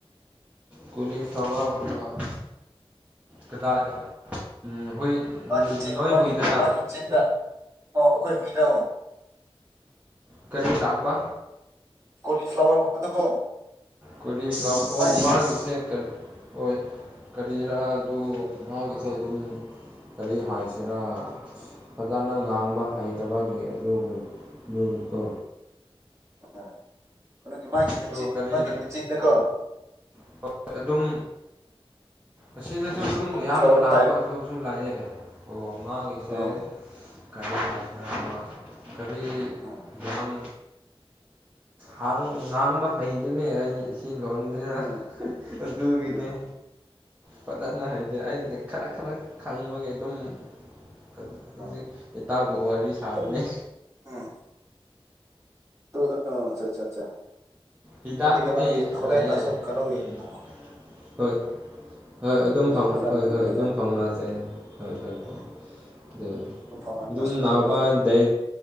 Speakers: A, on the right; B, on the right.
A: ꯀꯣꯂꯤꯐ꯭ꯂꯥꯋꯔꯒꯨꯝꯕ ꯀꯗꯥꯏ ꯎꯝ ꯍꯨꯏ
B: ꯃꯥꯒꯤ
A: ꯎꯝ
B: ꯆꯤꯟ
A: ꯅꯣꯏ
B: ꯃꯥꯒꯤ
A: ꯍꯨꯏꯗꯔꯥ
B: ꯃꯥꯒꯤ ꯆꯤꯟꯗ ꯑꯣ ꯑꯈꯣꯏ ꯍꯨꯏꯗꯣ
A: ꯀꯔꯤ ꯂꯥꯛꯄ
B: ꯀꯣꯂꯤꯐ꯭ꯂꯥꯋꯔꯒꯨꯝꯕꯗꯀꯣ
A: ꯀꯣꯂꯤꯐ꯭ꯂꯥꯋꯔ ꯑꯣ
B: ꯃꯥꯒꯤ
A: ꯃꯥꯒꯤꯁꯦ ꯀ ꯍꯣꯏ ꯀꯔꯤꯔꯥ ꯑꯗꯨ ꯃꯥꯒꯤꯁꯦ ꯑꯗꯨꯝ ꯀꯔꯤ ꯍꯥꯏꯁꯤꯔꯥ ꯐꯖꯅ ꯉꯥꯡꯕ ꯍꯩꯇꯕꯒꯤ ꯑꯗꯨꯕꯨ <unintelligible> ꯇꯣ
B: ꯑ ꯀꯩꯅꯣꯒꯤ ꯃꯥꯒꯤ
A: ꯑꯗꯨ
B: ꯃꯦꯆꯤꯟ
A: ꯀꯔꯤꯗ
B: ꯃꯥꯒꯤ ꯃꯦꯆꯤꯟꯗꯀꯣ
A: <unintelligible> ꯑꯗꯨꯝ ꯑꯁꯤꯗꯁꯨ ꯑꯗꯨꯝ
B: ꯀꯣꯂꯤꯐ꯭ꯂꯥꯋꯔ
A: ꯌꯥꯝ ꯂꯥꯛꯄ
B: ꯇꯥꯏꯞ
A: ꯑꯗꯨꯁꯨ ꯂꯩꯌꯦ ꯑꯣ ꯃꯥꯒꯤꯁꯦ
B: ꯑꯥ
A: ꯀꯔꯤ ꯍꯥꯏꯁꯤꯔꯥ ꯑꯃ ꯀꯔꯤ
B: ꯑꯥ
A: ꯌꯥꯝ ꯍꯥꯡ ꯉꯥꯡꯕ ꯍꯩꯗꯨꯅꯦ ꯑꯩ ꯏ ꯂꯣꯟꯖꯤꯔ
B: ꯎꯝ
A: ꯑꯗꯨꯒꯤꯅꯤ
B: ꯎꯝ ꯑꯥ
A: ꯐꯖꯅ ꯍꯩꯩ ꯗꯦ ꯑꯩꯗꯤ ꯈꯔꯛ ꯈꯔꯛ ꯈꯪꯕꯒꯤ ꯑꯗꯨꯝ ꯍ ꯍꯨꯖꯤꯛ
B: ꯑꯥ
A: ꯏꯇꯥꯎꯒ ꯋꯥꯔꯤ ꯁꯥꯕꯅꯦ
B: ꯑꯗꯨꯝ ꯎꯝ ꯑꯗꯨ ꯑ ꯑꯠꯆ ꯆ ꯆ
A: ꯍꯤꯗꯥꯛꯄꯨꯗꯤ
B: ꯑꯗꯨꯗꯤ ꯀꯩꯅꯣꯒꯤ ꯍꯣꯔꯦꯟ
A: ꯂꯩꯌꯦ
B: ꯑꯁꯣ ꯀꯩꯅꯣꯒꯤ
A: ꯎꯝ
B: ꯑ
A: ꯍꯣꯏ ꯍꯣꯏ ꯑꯗꯨꯝ ꯐꯥꯎ
B: ꯐꯖꯅ
A: ꯍꯣꯏ
B: ꯉꯥꯡꯕ
A: ꯍꯣꯏ ꯑꯗꯨꯝ
B: ꯌꯥꯏ
A: ꯐꯥꯎꯅꯁꯦ
B: ꯎꯝ
A: ꯍꯣꯏ ꯍꯣꯏ
B: ꯎꯝ
A: ꯍꯣꯏ ꯑꯗꯨ
B: ꯑꯗꯨꯝ ꯐꯥꯎꯅꯔꯒ
A: ꯗꯨꯝ
B: ꯁꯨꯃꯥꯏꯅ
A: ꯅꯥꯎꯕ
B: ꯇꯧꯁꯦ
A: ꯗꯩ